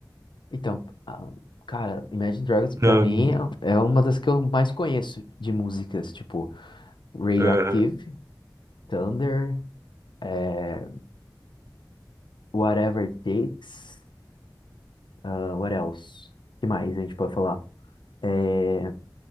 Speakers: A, on the left; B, on the right.
A: Então, ah, cara, Imagine Dragons pra
B: Não,
A: mim
B: não-
A: é é uma das que eu mais conheço de músicas, tipo Radioactive,
B: aham.
A: Thunder, é, Whatever It Takes, ah, what else? que mais a gente pode falar? É,